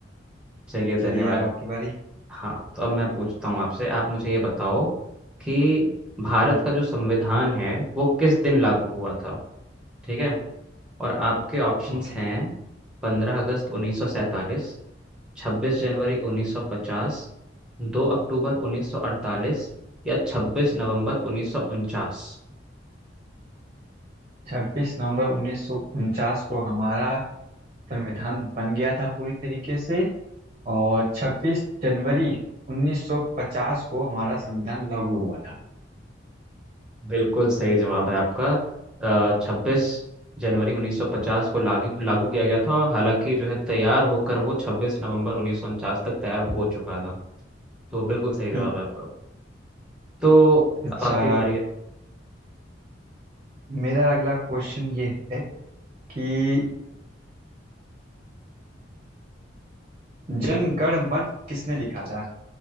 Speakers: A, in the centre; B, on the right (about 35°).
A: चलिए धन्यवाद
B: चलिए अब आपकी बारी
A: हाँ तो अब मैं पूछता हूँ आपसे आप मुझे ये बताओ कि भारत
B: हम्म
A: का जो संविधान है वो किस दिन लागू हुआ था ठीक है और आपके ऑप्शंस
B: ओके
A: हैं पंद्रह अगस्त उन्नीस सौ सैंतालीस छब्बीस जनवरी उन्नीस सौ पचास दो अक्टूबर उन्नीस सौ अड़तालीस या छब्बीस नवंबर उन्नीस सौ उनचास
B: छब्बीस नवंबर उन्नीस सौ उनचास को हमारा संविधान बन गया था पूरी तरीके से और छब्बीस जनवरी उन्नीस सौ पचास को हमारा संविधान लागू हुआ था
A: बिल्कुल सही जवाब है आपका छब्बीस जनवरी 1950 को लागू लागू किया गया था और हालांकि जो है तैयार होकर वो छब्बीस नवंबर उन्नीस सौ उनचास तक तैयार हो चुका था तो बिल्कुल सही जवाब
B: हम्म,
A: है आपका तो
B: अच्छा
A: अब आपकी बारी है
B: मेरा अगला क्वेश्चन ये है कि जन
A: जी
B: गण मन किसने लिखा था